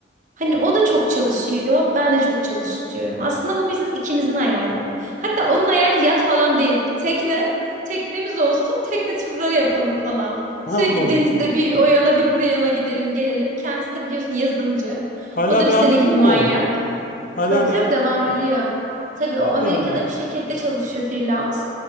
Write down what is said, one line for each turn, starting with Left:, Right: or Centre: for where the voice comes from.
Right: Hani o da çok çalışıyor, ben de çok çalışıyorum. Aslında bu bizim ikimizin hayali. Hatta onun hayali yat falan değil. Tekne, teknemiz olsun, tekne turları yapalım falan.
Left: Allah
Right: Sürekli
Left: Allah.
Right: denizde bir o yana bir buraya yana gidelim gelelim. Kendisi de biliyorsun yazılımcı.
Left: Hala
Right: O da bir
Left: devam
Right: senin
Left: ediyor
Right: gibi manyak.
Left: mu? Hala
Right: Tabii
Left: devam
Right: tabii
Left: ediyor
Right: devam ediyor.
Left: mu?
Right: Tabii
Left: Allah
Right: o Amerika'da
Left: Allah.
Right: bir şirkette çalışıyor freelance.